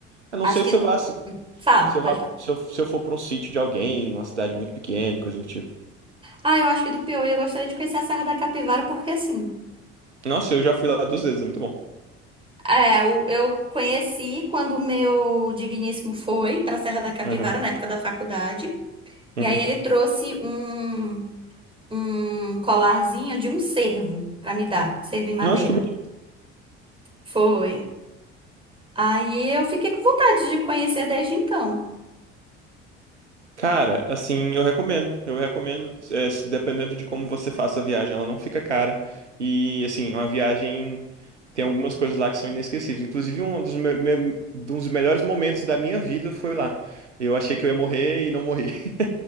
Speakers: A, on the right; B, on the right.
A: A não
B: Acho
A: sei se
B: que
A: eu
B: no.
A: vá assim,
B: hum, Fala,
A: se eu
B: pode
A: vá,
B: falar.
A: se eu, se eu for pra um sítio de alguém, numa cidade muito pequena, e coisa do tipo.
B: Ah, eu acho que do Piauí eu gostaria de conhecer a Serra da Capivara, porque assim.
A: Nossa, eu já fui lá duas vezes, é muito bom.
B: É, eu, eu conheci quando o meu digníssimo foi para a Serra da Capivara,
A: Aham.
B: na época da faculdade. E
A: Uhum.
B: aí ele trouxe um, um colarzinho de um cervo para me dar, cervo em madeira.
A: Nossa, que bonito.
B: Foi. Aí eu fiquei com vontade de conhecer desde então.
A: Cara, assim, eu recomendo. Eu recomendo, é, se- dependendo de como você faça a viagem, ela não fica cara. E, assim, é uma viagem. Tem algumas coisas lá que são inesquecíveis. Inclusive, um dos, me me- dos melhores momentos da minha vida foi lá. Eu achei que eu ia morrer e não morri. <laughs>